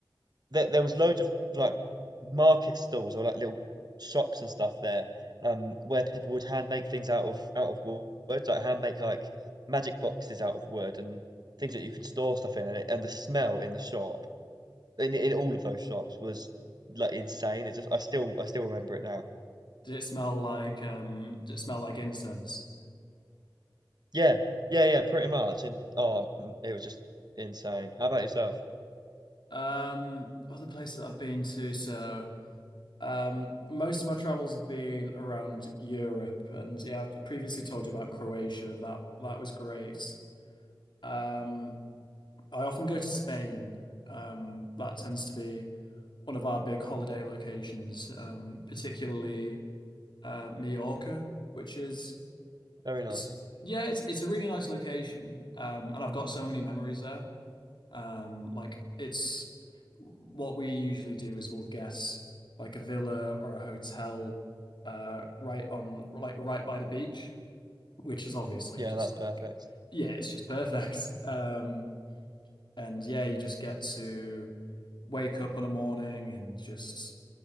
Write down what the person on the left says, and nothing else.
Did it smell like um? Did it smell like incense?
Um, other places that I've been to, so. Um, most of my travels have been around Europe, and yeah, I previously told you about Croatia. That that was great. Um, I often go to Spain. Um, that tends to be one of our big holiday locations, um, particularly uh, Mallorca, which is
it's yeah, it's it's a really nice location, um, and I've got so many memories there. Um, like it's what we usually do is we'll guess like a villa or a hotel, uh, right on like right by the beach, which is obviously
just
like,
yeah, it's just perfect. <laughs> Um, and yeah, you just get to wake up on a morning and just